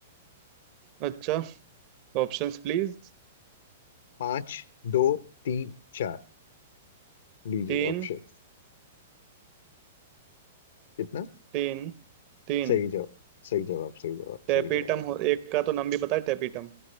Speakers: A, on the right; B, on the left.
A: है अच्छा Options please
B: पांच दो तीन चार लीजिए
A: तीन
B: ऑप्शन कितना
A: तीन तीन
B: सही जवाब सही जवाब सही जवाब
A: टेपिटम
B: सही जवाब
A: हो एक का तो नाम भी पता है टेपिटम